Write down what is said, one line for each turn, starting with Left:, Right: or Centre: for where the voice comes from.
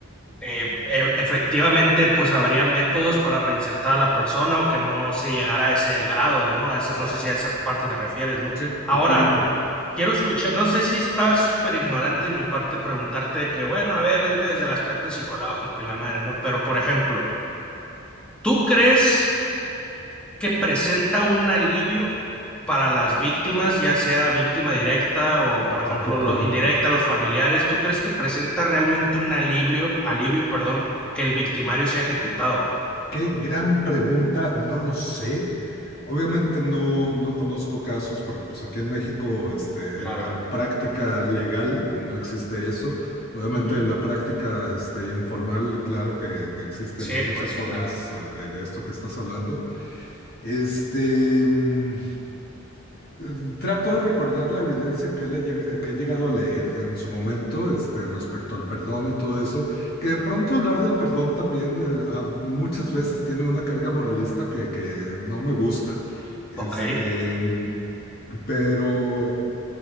Centre: eh, e- efectivamente, pues habría métodos para reinsertar a la persona o que no se llegara a ese grado, ¿no? A eso,
Left: exacto.
Centre: no sé si a esa parte te refieres, ¿no?
Left: Sí,
Centre: Ahora,
Left: totalmente.
Centre: Quiero escuchar, no sé si está súper ignorante de mi parte preguntarte de que, bueno, a ver, dime desde el aspecto psicológico y la madre, ¿no? Pero, por ejemplo, ¿tú crees que presenta un alivio para las víctimas, ya sea víctima directa o,
Left: Wow,
Centre: por ejemplo,
Left: qué
Centre: lo
Left: pregunta.
Centre: indirecta, los familiares? ¿Tú crees que presenta realmente un alivio, alivio, perdón, que el victimario sea ejecutado?
Left: Qué gran pregunta, no lo sé. Obviamente no, no conozco casos porque pues aquí en México, este,
Centre: Claro.
Left: en la práctica legal no existe eso. Obviamente
Centre: Ujú.
Left: en la práctica, este, informal, claro que existen
Centre: Sí,
Left: muchas
Centre: pues sí,
Left: formas
Centre: claro.
Left: eh, de, de esto que estás hablando. Este, mm, Mm, Trato de recordar la evidencia que, he lleg- que he llegado a leer en su momento, este, respecto al perdón y todo eso, que de pronto hablar del perdón también eh, a- muchas veces tiene una carga moralista que, que no me gusta. Este,
Centre: Ok,
Left: mm, pero